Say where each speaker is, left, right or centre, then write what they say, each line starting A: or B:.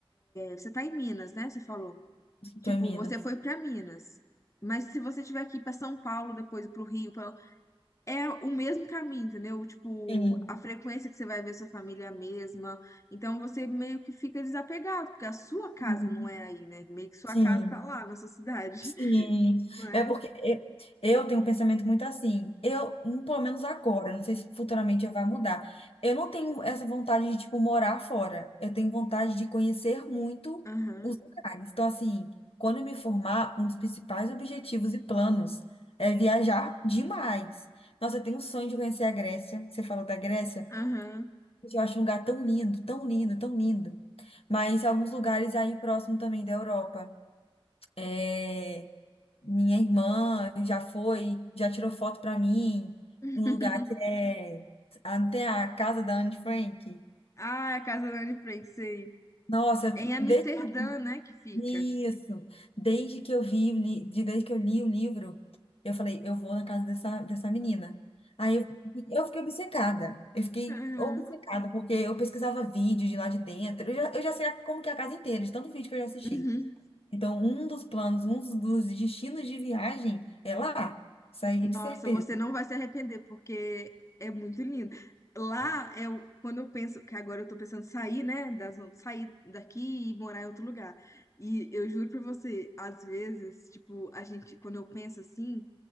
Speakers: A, on the left (about 30°); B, on the left (about 80°).
A: você tá em Minas, né? Você falou. Tipo,
B: Tô em Minas.
A: você foi para Minas. Mas se você tiver que ir para São Paulo, depois para o Rio, pra- é o mesmo caminho, entendeu? Tipo,
B: Sim.
A: a frequência que você vai ver sua família é a mesma. Então você meio que fica desapegado, porque a sua casa
B: Uhum.
A: não é aí, né? Meio que sua
B: Sim.
A: casa tá lá na sua cidade,
B: Sim,
A: <laughs> né?
B: é porque eu, eu tenho um pensamento muito assim. Eu, hum, pelo menos agora, não sei se futuramente eu vai mudar. Eu não tenho essa vontade de, tipo, morar fora. Eu tenho vontade de conhecer muito
A: Aham,
B: os lugares. Então, assim, quando eu me formar, um dos principais objetivos e planos é viajar demais. Nossa, eu tenho um sonho de conhecer a Grécia. Você falou da Grécia?
A: aham.
B: Eu acho um lugar tão lindo, tão lindo, tão lindo. Mas alguns lugares aí próximo também da Europa. É... Minha irmã já foi, já tirou foto pra mim,
A: <laughs>
B: um lugar que é até a casa da Anne Frank.
A: Ah, é a Casa da Anne Frank, sei.
B: Nossa, eu
A: É
B: te-
A: em Amsterdã,
B: desde
A: né, que fica.
B: isso, desde que eu vi, o li- de- desde que eu li o livro, eu falei, eu vou na casa dessa, dessa menina. Aí eu, eu fiquei obcecada, eu fiquei
A: Aham.
B: obcecada, porque eu pesquisava vídeos de lá de dentro, eu já, eu já sei como que é a casa inteira, de tanto vídeo que eu já assisti.
A: Uhum.
B: Então, um dos planos, um dos destinos de viagem é lá, isso aí de
A: Nossa,
B: certeza.
A: você não vai se arrepender, porque é muito lindo. Lá é o- quando eu penso, que agora eu tô pensando em sair, né, da zona- sair daqui e morar em outro lugar. E eu juro pra você, às vezes, tipo, a gente, quando eu penso assim,